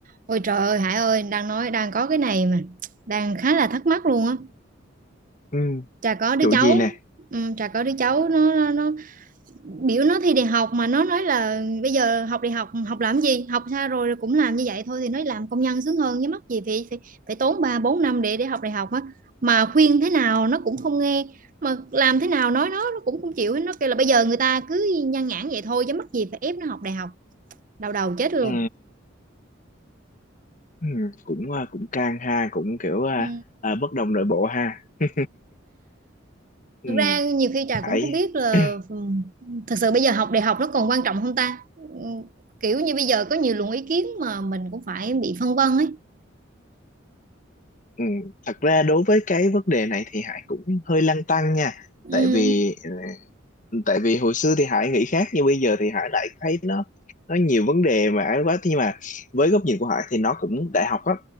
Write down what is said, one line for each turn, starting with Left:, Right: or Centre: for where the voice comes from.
Right: Ôi trời ơi Hải ơi đang nói đang có cái này mà đang khá là thắc mắc luôn á
Left: Ừ,
Right: Trà có đứa
Left: chủ
Right: cháu
Left: gì nè
Right: ừ, Trà có đứa cháu nó, nó nó biểu nó thi đại học mà nó nói là bây giờ học đại học học làm gì học xa rồi rồi cũng làm như vậy thôi thì nó làm công nhân sướng hơn chứ mắc gì phải phải, phải tốn 3 4 năm để để học đại học á mà khuyên thế nào nó cũng không nghe mà làm thế nào nói nó nó cũng không chịu hết. nó kêu là bây giờ người ta cứ nhan nhản vậy thôi chứ mắc gì phải ép nó học đại học đau đầu chết luôn
Left: ừ, ừ, cũng à, cũng căng ha cũng kiểu à,
Right: Ừ.
Left: à, bất đồng nội bộ ha <laughs> ừ,
Right: Thực ra nhiều khi Trà
Left: Hải
Right: cũng không biết là
Left: <clears throat>
Right: ừm, thật sự bây giờ học đại học nó còn quan trọng không ta? Ừm, Kiểu như bây giờ có nhiều luồng ý kiến mà mình cũng phải bị phân vân ấy.
Left: ừ, thật ra đối với cái vấn đề này thì Hải cũng hơi lăn tăn nha
Right: Ừm,
Left: tại vì ờ, tại vì hồi xưa thì Hải nghĩ khác nhưng bây giờ thì Hải lại thấy nó nó nhiều vấn đề mà ấy quá Thế nhưng mà với góc nhìn của Hải thì nó cũng đại học á